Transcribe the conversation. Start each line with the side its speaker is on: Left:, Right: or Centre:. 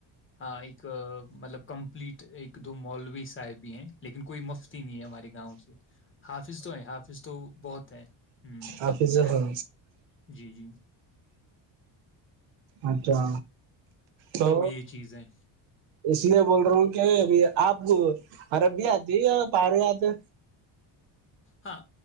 Left: ہاں ایک مطلب کمپلیٹ ایک دو مالوی سحب بھی ہیں لیکن کوئی مفتی نہیں ہے ہمارے گاؤں سے حافظ حافظ تو بہت ہے ہوں
Right: حفظ
Left: ہے
Right: ہاں
Left: جی جی
Right: اچھا تو
Left: یہ چیز ہے
Right: اس لیے بول رہا ہوں کہ ابھی آپ اربی آتی ہے یا پہاڑ آتے
Left: ہاں